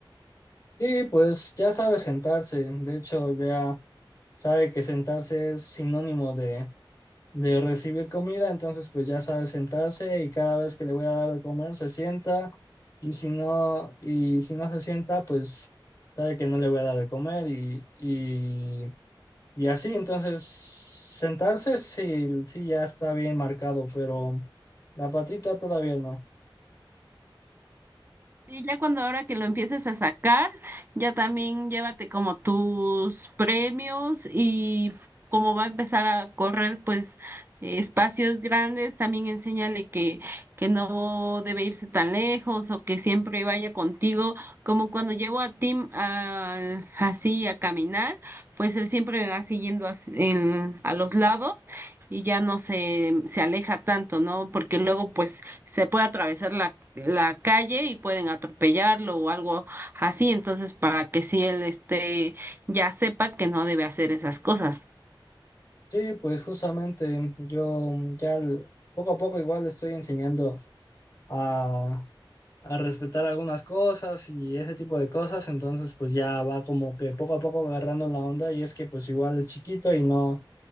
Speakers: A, on the left (about 40°); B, on the right (about 25°).
A: Y pues ya sabe sentarse, de hecho ya sabe que sentarse es sinónimo de recibir comida, entonces pues ya sabe sentarse y cada vez que le voy a dar de comer se sienta y si no, y si no se sienta, pues sabe que no le voy a dar de comer y, y, y así, entonces sentarse sí, sí ya está bien marcado, pero la patita todavía no.
B: Y ya cuando ahora que lo empieces a sacar, ya también llévate como tus premios y como va a empezar a correr pues eh, espacios grandes, también enséñale que, que no debe irse tan lejos o que siempre vaya contigo, como cuando llevo a Tim al- así a caminar, pues él siempre me va siguiendo as- en- a los lados y ya no se, se aleja tanto, ¿no? Porque luego pues se puede atravesar la, la calle y pueden atropellarlo o algo así, entonces para que si él esté, ya sepa que no debe hacer esas cosas.
A: Sí, pues justamente yo ya l- poco a poco igual le estoy enseñando a a respetar algunas cosas y ese tipo de cosas, entonces pues ya va como que poco a poco agarrando la onda y es que pues igual es chiquito y no,